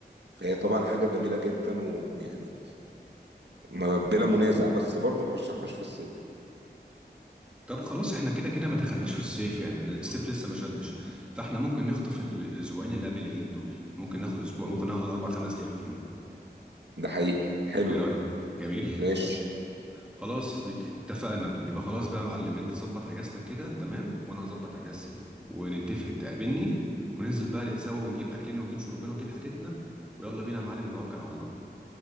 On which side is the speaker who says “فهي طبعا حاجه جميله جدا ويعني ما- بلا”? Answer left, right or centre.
Right